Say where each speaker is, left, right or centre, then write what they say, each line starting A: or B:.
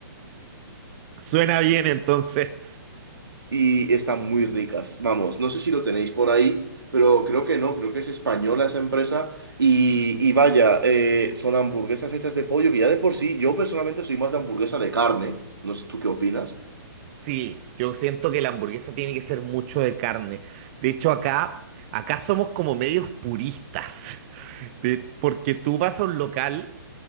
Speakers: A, on the right; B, on the right.
A: Suena bien, entonces.
B: y están muy ricas. Vamos, no sé si lo tenéis por ahí, pero creo que no, creo que es española esa empresa. Y, y vaya, eh, son hamburguesas hechas de pollo, que ya de por sí, yo personalmente soy más de hamburguesa de carne. No sé tú qué opinas.
A: Sí, yo siento que la hamburguesa tiene que ser mucho de carne. De hecho, acá, acá somos como medios puristas, <laughs> De- porque tú vas a un local